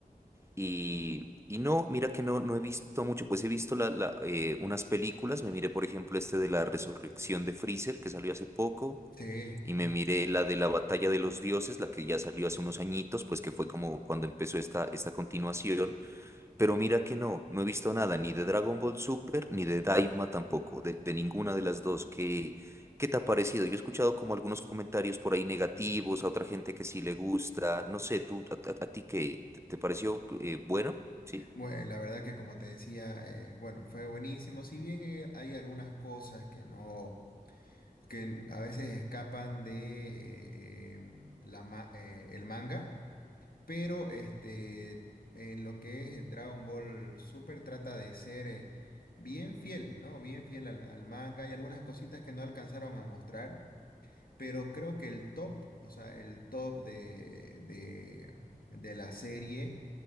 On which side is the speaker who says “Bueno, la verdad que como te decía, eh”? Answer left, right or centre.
Left